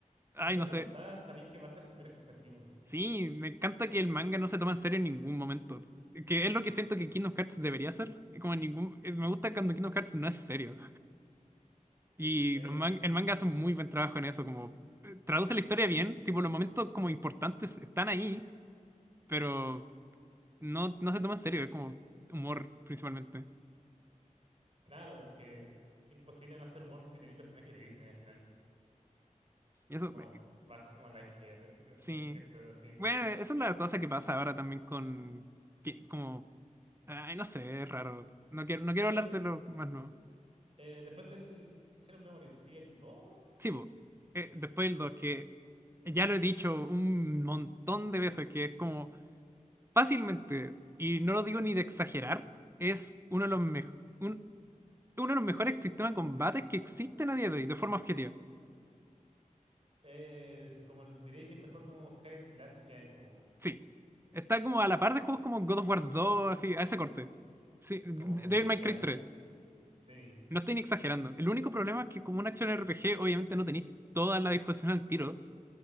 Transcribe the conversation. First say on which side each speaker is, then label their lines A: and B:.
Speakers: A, on the right; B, on the right.
A: ay,
B: con ver
A: no
B: la
A: sé.
B: portada sabéis que va a ser súper expresivo.
A: Sí, me encanta que el manga no se toma en serio en ningún momento. Que es lo que siento que Kingdom Hearts debería ser. Como en ningún... eh, Me gusta cuando Kingdom Hearts no es serio. Y
B: Eh,
A: los man- el manga hace un muy buen trabajo en eso, como eh, traduce la historia bien, tipo los momentos como importantes están ahí, pero no, no se toma en serio, es como humor principalmente.
B: claro, que imposible no hacer humor si tenéis un personaje de Disney al final.
A: Y eso,
B: Como
A: me-
B: va a ser como Lightyear, eh,
A: sí.
B: Lightyear te da así.
A: Bueno, esa es la cosa que pasa ahora también con, que, como, ay, no sé, es raro. No quiero, no quiero
B: Que
A: hablar de lo más nuevo.
B: eh, después del Shadow Memory, sí, el dos,
A: Sí, po. Eh, después el 2 que ya lo he dicho un montón de veces, que es como fácilmente, y no lo digo ni de exagerar, es uno de los mejo- un- uno de los mejores sistemas de combate que existen a día de hoy, de forma objetiva.
B: Eh, como el- diría que es mejor como hack and slash que hay, como,
A: Sí. Está como a la par de juegos como God of War dos así, a ese corte. Sí, Devil
B: como
A: May
B: ya,
A: Cry tres
B: sí.
A: No estoy ni exagerando. El único problema es que como un action RPG, obviamente no tenéis toda la disposición al tiro,